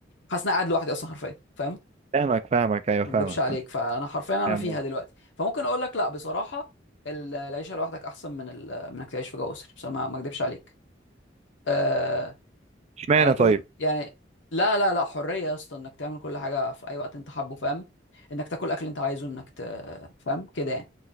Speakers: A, on the left; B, on the right.
A: حاسس إن أنا قاعد لوحدي اصلا حرفيا فاهم
B: فاهمك فاهمك ايوه
A: ما
B: فاهمك
A: اكدبش عليك فانا حرفيا
B: فاهم
A: انا فيها
B: قصدك.
A: دلوقتي فممكن اقول لك لا بصراحه ال- العيشه لوحدك احسن من ال... من انك تعيش في جو اسري بس ما ما اكدبش عليك آه
B: اشمعنى
A: يعني طول
B: طيب
A: يعني لا لا لا حريه يا اسطى انك تعمل كل حاجه في اي وقت انت حابه فاهم انك تاكل اكل انت عايزه انك ت... فاهم كده يعني